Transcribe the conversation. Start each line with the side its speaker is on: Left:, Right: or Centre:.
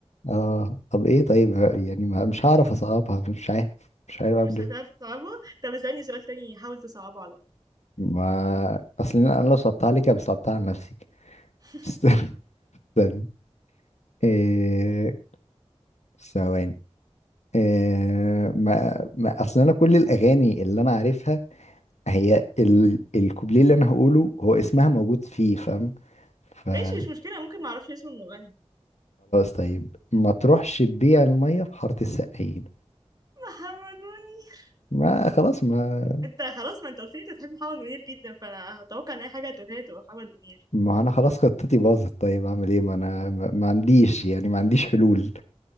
Left: اه طب ايه طيب ه- يعني ما- مش هعرف اصعبها مش عارف مش عارف
Right: مش
Left: اعمل ايه
Right: هتعرف تصعبها طب اسألني سؤال تاني حاول تصعبه عليا
Left: ما اصل انا لو صعبتها عليك أبقى صعبتها على نفسي
Right: <laughs>
Left: <laughs> استنى إيه... ثواني إيه... ما... ما اصل انا كل الاغاني اللي انا عارفها هي ال... الكوبليه اللي انا هقوله هو اسمها موجود فيه فاهم فخلاص
Right: ماشي مش مشكلة ممكن معرفش اسم المغني
Left: طيب ما تروحش تبيع الميه في حاره السقايين
Right: محمد منير
Left: ما خلاص ما
Right: انت خلاص ما انت قلت لي انت بتحب محمد منير جدا فانا هتوقع ان اي حاجة هتقولها لي تبقى محمد منير
Left: ما انا خلاص خطتي باظت طيب اعمل ايه ما انا ما ما عنديش يعني ما عنديش حلول